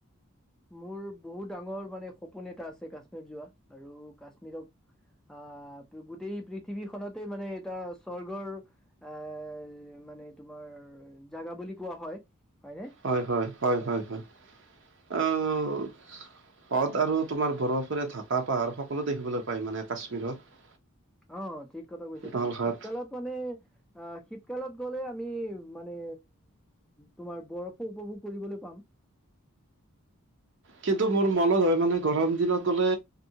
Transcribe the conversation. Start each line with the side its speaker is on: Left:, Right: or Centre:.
Centre: মোৰ বহুত ডাঙৰ মানে সপোন এটা আছে কাশ্মীৰ যোৱা আৰু কাশ্মীৰক আহ গোটেই পৃথিৱীখনতেই মানে এটা স্বৰ্গৰ এ মানে তোমাৰ জাগা বুলি কোৱা হয়। হয়নে?
Right: হয় হয় হয় হয় হয় আহ। হদ আৰু তোমাৰ বৰফেৰে ঢাকা পাহাৰ সকলো দেখিবলৈ পায় মানে কাশ্মীৰত।
Centre: অ ঠিক কথা কৈছা
Right: নলহাট
Centre: তুমি শীতকালত মানে অ' শীতকালত গ'লে আমি মানে তোমাৰ বৰফো উপভোগ কৰিবলৈ পাম।
Right: কিন্তু মোৰ মনত হয় মানে গৰম দিনত হ'লে।